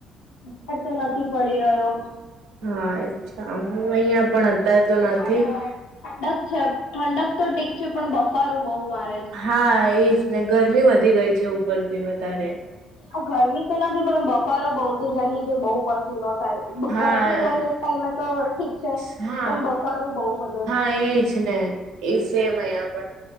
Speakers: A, on the left (about 75°); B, on the right (about 75°).
A: વરસાદ તો નથી પડી રહ્યો.
B: હા અચ્છા. હું અહિયાં પણ અતારે તો નથી
A: પણ ઠંડક છે, ઠંડક તો ઠીક છે, પણ બફારો બહુ <unintelligible>
B: હા એજ ને. ગરમી વધી ગઈ છે ઉપરથી વધારે.
A: આ ગરમી તો નથી પણ બફારો બહુ છે જેને લીધે બહુ પસીનો થાય છે.
B: હા
A: ગરમી હોય ટાઈમે તો ઠીક છે,
B: હા
A: પણ બફારો બહુ વધ
B: હા એજ ને. ઈ સેમ અહિયાં પણ.